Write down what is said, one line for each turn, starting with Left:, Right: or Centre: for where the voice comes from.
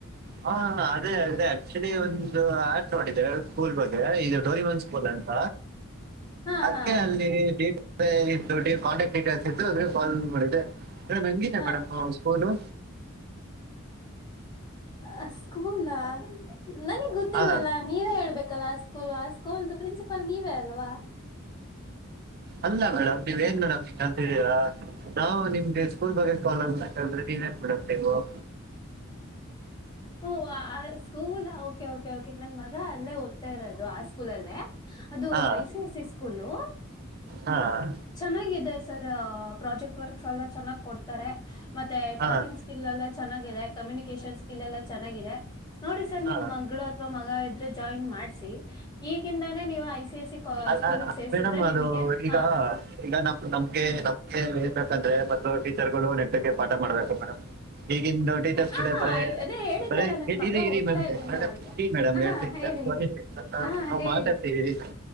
Right: ಹಾ ಅದೇ ಅದೆ ಆಕ್ಚುಲಿ ಒಂದು ಆಟವಾಡಿದೆ ಸ್ಕೂಲ್ ಬಗ್ಗೆ ಇದು ಡೋರಿಮನ್ ಸ್ಕೂಲ್ ಅಂತ,
Left: ಹಾ
Right: ಅದಕ್ಕೆ
Left: ಹಾ
Right: ಅಲ್ಲಿ ಡೇಟ್ ಇ ಕಾಂಟ್ಯಾಕ್ಟ್ ಡೀಟೇಲ್ಸ್ ಎದ್ದು ಅದ್ಕೆ ಕಾಲ್ಲ್ ಮಾಡಿದೆ ಮೇಡಂ ಹೆಂಗಿದೆ
Left: ಹಾ
Right: ಆ ಮೇಡಮ್ ಸ್ಕೋಲು
Left: ಆ ಸ್ಕೂಲ ನನಿಗ್ ಗೊತ್ತಿಲ್ಲಲ್ಲಾ
Right: ಹಾಂ
Left: ನೀವೇ ಹೇಳ್ಬೇಕು ಕಲಾ ಸ್ಕೂಲ್ ಆ ಸ್ಕೂಲ್ದು ಪ್ರಿನ್ಸಿಪಾಲ್ ನೀವೇ ಅಲ್ವಾ
Right: ಅಲ್ಲ ಮೇಡಮ್ ನೀವ್ ಏನ್ ಮೇಡಮ್ ಹಿಂಗ ಅಂತಿದ್ದೀರಾ ನಾವು ನಿಮ್ಗೆ ಸ್ಕೂಲ್ ಬಗ್ಗೆ ಕಲಂತ ಕೇಳ್ರಿ ನೀವೇ <unintelligible> ನೀವೂ <unintelligible>
Left: ಹು ವ ಆ ಸ್ಕೂಲ್ ಓಕೆ ಕೆ ಕೆ ನನ್ ಮಗ ಅಲ್ಲೇ ಓದ್ತಾ ಇರೋದು ಆ ಸ್ಕೂಲಲ್ಲೇ ಅದು
Right: ಹಾಂ
Left: I C I C school
Right: ಹಾಂ
Left: ಚೆನ್ನಾಗಿದೆ ಸರ್ ಆ ಆ ಪ್ರಾಜೆಕ್ಟ್ ವರ್ಕ್ಸ್ ಎಲ್ಲ ಚೆನ್ನಾಗ್ ಕೊಡ್ತಾರೆ ಮತ್ತೆ
Right: ಹಾಂ
Left: ಟಾಕಿಂಗ್ ಸ್ಕಿಲ್ ಎಲ್ಲ ಚನ್ನಾಗೈತೆ ಕಮ್ಯುನಿಕೇಶನ್ ಸ್ಕಿಲ್ ಎಲ್ಲ ಚೆನ್ನಾಗಿದೆ ನೋಡಿ ಸರ್
Right: ಹಾಂ
Left: ನಿಮ್ ಮಗಳು ಅಥವಾ ಮಗ ಇದ. ರೆ ಜಾಯನ್ ಮಾಡ್ಸಿ. ಈಗಿಂದಾನೇ ನೀವು ಐ ಸಿ ಸಿ ಸ್ಕೋ
Right: ಅಲ್ಲ
Left: ಸ್ಕೂಲೀಗ್ ಸೇರ್ಸಿದ್ರೆ
Right: ಮೇಡಮ್
Left: ನಿಮಗೆ.
Right: ಅದು
Left: ಹಾ
Right: ಈಗ ಈಗ ನಮ್ಮ ನಮ್ಗೆ ನಮ್ಗೆ. ಏತಕಂದ್ರೆ ಮತ್ತು ಟೀಚರ್ಗಳು ನೆಟ್ಟಕ್ಕೆ. ಪಾಠ ಮಾಡ್ಬೇಕು ಮೇಡಮ್. ಈಗಿಂದು ಟೀಚರ್ಸ್
Left: ಹ
Right: ಟಡೇ ಬರೆ
Left: ಅದೇ ಹೇಳಿದ್ನಲ್ಲ
Right: ಬರೆ
Left: ನನ್
Right: ಇರಿ
Left: ಮಗ
Right: ಇರಿ
Left: ಓದ್ತಾ
Right: ಮೇಡಂ
Left: ಇದ್ದಾನೆ ಅಲ್ವಾ
Right: ಇರಿ ಮೇಡಂ ಹೇಳ್ತೀನಿ
Left: ಹಾ ಹೇಳಿ ಹೇಳಿ ಹಾ
Right: ನಾವು
Left: ಹೇಳಿ
Right: ಮಾತಡ್ತೀವಿ ಇರಿ.